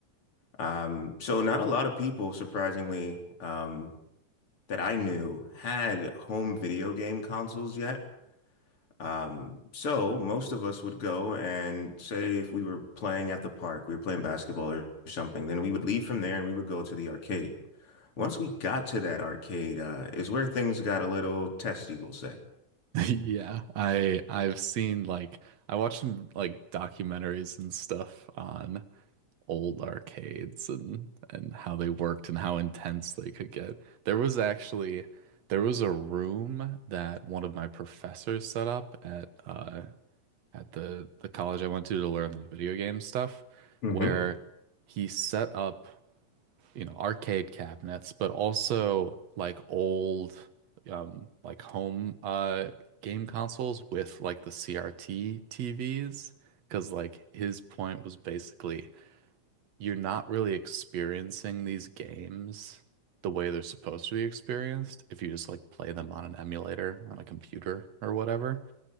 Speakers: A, on the left; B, on the right.
A: Um, so not a lot of people, surprisingly, um, that I knew had home video game consoles yet. Um, so most of us would go and say if we were playing at the park, we were playing basketball or something, then we would leave from there and we would go to the arcade. Once we got to that arcade, uh, is where things got a little testy, we'll say.
B: Yeah. I I've seen like I watched some like documentaries and stuff on old arcades and and how they worked and how intense they could get. There was actually there was a room that one of my professors set up at uh at the the college I went to to learn like video game stuff
A: hmm
B: where he set up you know, arcade cabinets, but also like old um like home uh game consoles with like the CRT TVs. Because like his point was basically you're not really experiencing these games the way they're supposed to be experienced if you just like play them on an emulator on a computer or whatever.